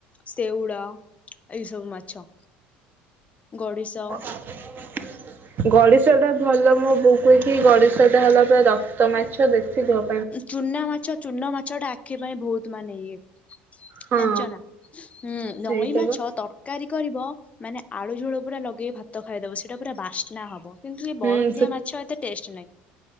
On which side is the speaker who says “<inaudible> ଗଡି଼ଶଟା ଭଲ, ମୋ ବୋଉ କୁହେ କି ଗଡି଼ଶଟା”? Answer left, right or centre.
Right